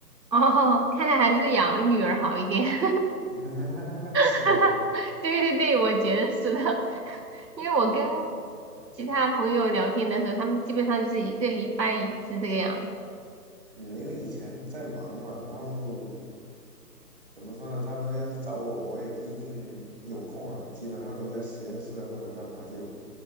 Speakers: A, on the right; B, on the right.
A: 哦，看来还是养女儿好一点。<laughs>
B: <laughs> 是吗？
A: <laughs> 对对对，我觉得是的，<laughs> 因为我跟其他朋友聊天的时候，他们基本上就是一个礼拜一次这个样子。
B: 嗯，因为以前在忙嘛，然后怎么说呢？他们要是找我，我也不一定有空啊，基本上都在实验室啊或者干嘛就，